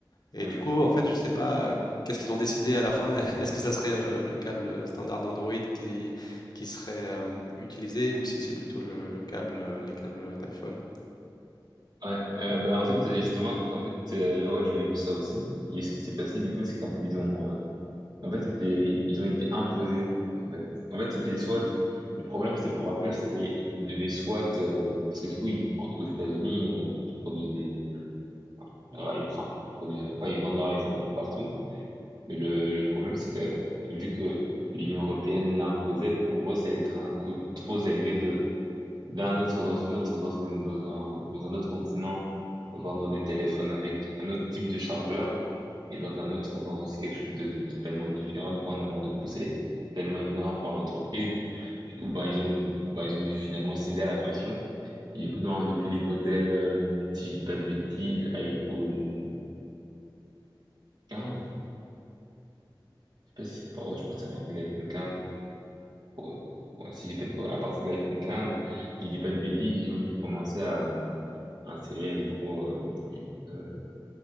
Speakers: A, on the left; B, on the right.
A: et
B: oui.
A: du coup, en fait, je sais pas euh, qu'est-ce qu'ils ont décidé à la fin. <laughs> Est-ce que ça serait le, le câble standard d'Android qui, qui serait euh, utilisé ou si c'est plutôt le, le câble, euh, les câbles d'iPhone?
B: Ouais, euh, bah en fait euh, justement en fait euh, ouais j'avais vu ça aussi et ce qui s'est passé du coup c'est qu'en fait ils ont euh, Et En fait, c'était, ils ont été imposés, en fait. En fait, c'était soit, le problème, c'était pour Apple, c'était, ils devaient soit, euh, parce que du coup, ils- aux États-Unis, euh, ils produisent des, leur i- enfin, ils produisent, enfin, ils vendent leur iPhone un peu partout. Mais le, le problème, c'est que, vu que l'Union européenne l'imposait, pour eux, ça allait être un coût trop élevé de, d'un autre, dans une autre, dans une, dans un, dans un autre continent, vendre des téléphones avec un autre type de chargeur et dans un autre, on vend aussi quelque chose de, de totalement différent. Du coup, en termes de coût, ça allait être tellement énorme pour l'entreprise. Du coup, bah, ils ont, bah, ils ont dû finalement céder à la pression. Et du coup, dans, depuis les modèles, euh, si je dis pas de bêtises, iPhone 15, je sais pas si c'est à part- ouais, je pense que c'est à partir de l'iPhone 15. Ouais, ouais, si je dis pas de, ouais, à partir de l'iPhone 15, si je dis pas de bêtises, ils ont dû commencer à, euh, insérer, du coup, euh, euh,